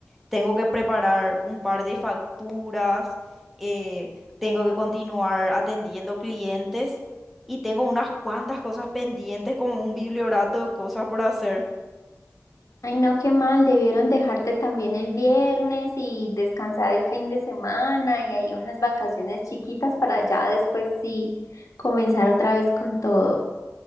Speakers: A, in the centre; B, on the left.
A: tengo que preparar un par de facturas, eh, tengo que continuar atendiendo clientes y tengo unas cuantas cosas pendientes como un bibliorato de cosas por hacer.
B: Ay, no, qué mal, debieron dejarte también el viernes y descansar el fin de semana y hay unas vacaciones chiquitas para ya después sí comenzar otra vez con todo.